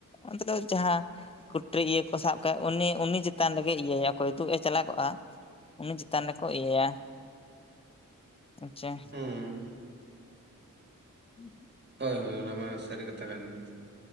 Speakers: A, on the left; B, on the right.
A: ᱚᱱᱛᱮ ᱫᱚ ᱡᱟᱦᱟᱸ ᱨᱮ ᱤᱭᱟᱹ ᱠᱚ ᱥᱟᱵ ᱠᱟᱜ ᱩᱱᱤ ᱩᱱᱤ ᱪᱮᱛᱟᱱ ᱨᱮᱜᱮ ᱤᱭᱟᱹᱭᱟ ᱚᱠᱚᱭ ᱫᱩᱜ ᱮ ᱪᱟᱞᱟᱣ ᱠᱚᱜᱼᱟ, ᱩᱱᱤ ᱪᱮᱛᱟᱱ ᱨᱮᱠᱚ ᱤᱭᱟᱹᱭᱟ ᱟᱪᱪᱷᱟ,
B: ᱦᱮᱸ
A: ᱦᱮᱸ
B: ᱦᱳᱭ ᱦᱳᱭ ᱚᱱᱟ ᱢᱟ ᱥᱟᱹᱨᱤ ᱠᱟᱛᱷᱟ ᱠᱟᱱ ᱜᱮ